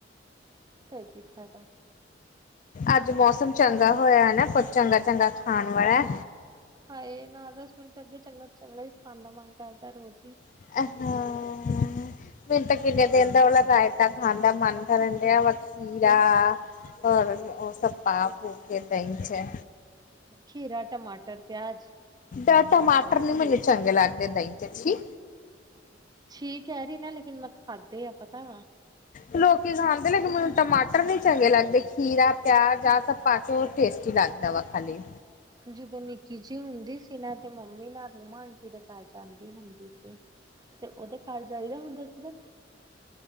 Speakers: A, on the right; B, on the left.
A: ਫਿਰ ਕੀ ਫਾਇਦਾ ਹਾਂ
B: ਅੱਜ ਮੌਸਮ ਚੰਗਾ ਹੋਇਆ ਨਾ, ਕੁੱਝ ਚੰਗਾ -ਚੰਗਾ ਖਾਣ ਵਾਲਾ
A: ਹਾਏ, ਨਾ ਦਸ ਮਿੰਟ ਅੱਗੇ ਚੰਗਾ ਚੰਗਾ ਹੀ ਖਾਂਣ ਦਾ ਮਨ ਕਰਦਾ ਰੋਜ਼ ਹੀ
B: <unintelligible> ਮੈਨੂੰ ਤਾਂ ਕਿੰਨੇ ਦਿਨ ਦਾ ਉਹਲਾ ਰਾਇਤਾ ਖਾਣ ਦਾ ਮਨ ਕਰਨ ਦਿਆ ਵਖੀਰਾ ਔਰ ਉਹ ਸਭ ਪਾ ਪਉ ਕੇ ਦਈ 'ਚ
A: ਖੀਰਾ, ਟਮਾਟਰ, ਪਿਆਜ
B: ਏਦਾ ਟਮਾਟਰ ਨੀ ਮੈਨੂੰ ਚੰਗੇ ਲੱਗਦੇ ਦਹੀਂ 'ਚ ਛੀ
A: ਠੀਕ ਕਹਿ ਰਹੀ, ਨਾ ਲੇਕਿਨ ਮੈਂ ਖਾਧੇ ਆ ਪਤਾ
B: ਲੋਕੀ ਖਾਂਦੇ, ਮੈਨੂੰ ਟਮਾਟਰ ਨਹੀਂ ਚੰਗੇ ਲੱਗਦੇ ਖੀਰਾ, ਪਿਆਜ ਆਹ ਸ ਬਹੁਤ ਟੇਸਟੀ ਲਗਦਾ ਵਾ ਖਾਲੀ
A: ਜਦੋਂ ਨਿੱਕੀ ਜੀ ਹੁੰਦੀ ਸੀ ਨਾ ਤੇ ਮੰਮੀ ਨਾਲ ਰੋਮਾ ਆਂਟੀ ਦੇ ਘਰ ਜਾਂਦੀ ਹੁੰਦੀ ਸੀ ਤੇ ਉਹਦੇ ਘਰ ਜਾਈਦਾ ਹੁੰਦਾ ਸੀ ਨਾ